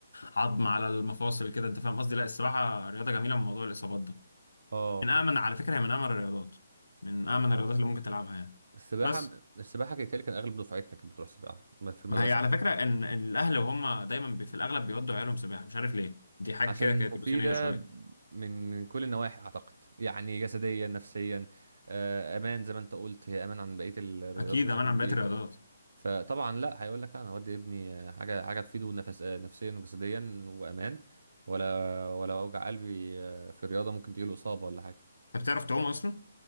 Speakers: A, on the left; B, on the right.
A: العظم على المفاصل كده انت فاهم قصدي لا السباحة رياضة جميلة من موضوع الاصابات ده
B: اه
A: من أأمن على فكرة هي من أأمن الرياضات من أأمن الرياضات اللي ممكن تلعبها يعني
B: السباحه
A: بس
B: السباحه كانت كان اغلب دفعتنا كانت بتروح سباحه في المدرسه
A: ما هي على
B: عندي
A: فكرة إن إن الأهل وهم دايما بي في الأغلب بيودوا عيالهم سباحة مش عارف ليه دي حاجة
B: عشان
A: كده كانت
B: مفيده
A: روتينية شوية
B: من من كل النواحي اعتقد يعني جسديا نفسيا آه، امان زي ما انت قلت هي امان عن بقيه الرياضات
A: أكيد
B: بشكل
A: أمان عن
B: كبير
A: باقي الرياضات
B: فطبعا لا هيقول لك لا انا هودي ابني آه، حاجه حاجه تفيده نفس آه، نفسيا وجسديا وامان ولا ولا اوجع قلبي آه، في الرياضه ممكن تجيله اصابه ولا حاجه
A: أنت بتعرف تعوم أصلا؟